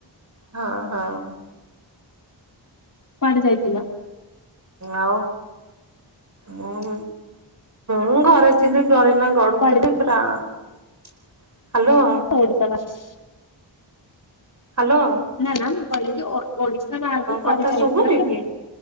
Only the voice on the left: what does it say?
କୁଆଡେ ଯାଇଥିଲ?
କୁଆଡେ
ପୋଡି <unintelligible>
ନା, ନା ମୁଁ କହିଲି, ଓଡିଶା ବାହାରକୁ କୁଆଡେ
ଯାଇଥିଲ
କେବେ?